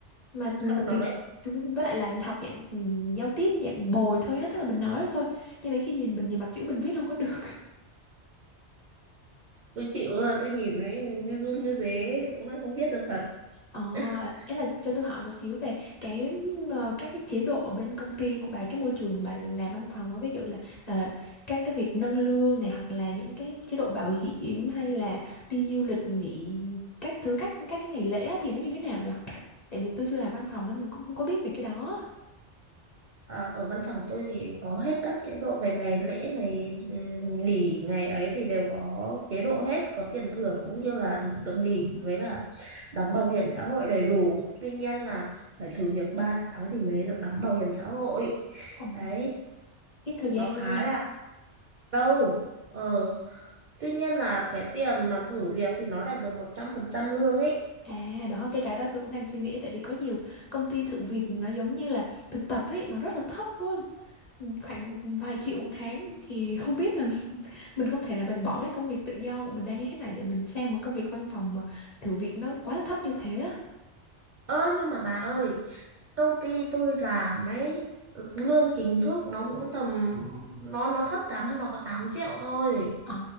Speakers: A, on the left; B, on the right.
A: mà nhưng
B: học
A: mà
B: nói
A: tiếng chúng với lại là học dạng ừ, giao tiếp dạng bồi thôi á tức là mình nói được thôi cho đến khi nhìn mình nhìn mặt chữ mình viết không có được <laughs>
B: tôi chịu rồi tôi nhìn ấy, như run như thế đúng là không viết được thật
A: ờ
B: <laughs>
A: ấy là cho tôi hỏi một xíu về cái ờ, các cái chế độ ở bên công ty của bà cái môi trường bà làm văn phòng á, ví dụ là ờ, các cái việc nâng lương này hoặc là những cái chế độ bảo hiểm hay là đi du lịch nghỉ các thứ các các cái ngày lễ á, thì nó như thế nào nhỉ tại vì tôi chưa làm văn phòng nên mình cũng không có biết về cái đó
B: à, ở văn phòng tôi thì có hết các chế độ về ngày lễ ngày ừm, nghỉ ngày ấy thì đều có chế độ hết có tiền thưởng cũng như là được nghỉ với là đóng bảo hiểm xã hội đầy đủ tuy nhiên là phải thử việc 3 tháng thì mới được đóng bảo hiểm xã hội
A: Ồ.
B: đấy
A: cái thời
B: nó
A: gian
B: khá là lâu ờ tuy nhiên là cái tiền mà thử việc thì nó lại được 100% lương ấy
A: À đó cái cái đó tôi cũng đang suy nghĩ tại vì có nhiều công ty thử việc nó giống như là thực tập ấy nó rất là thấp luôn khoảng vài triệu một tháng thì <laughs> không biết là <laughs> mình không thể là mình bỏ cái công việc tự do của mình đang như thế này để mình sang một công việc văn phòng mà thử việc nó quá là thấp như thế á.
B: ơ nhưng mà bà ơi công ty tôi làm ấy lương chính thức nó cũng tầm nó nó thấp lắm nó có 8 triệu thôi
A: Ờ,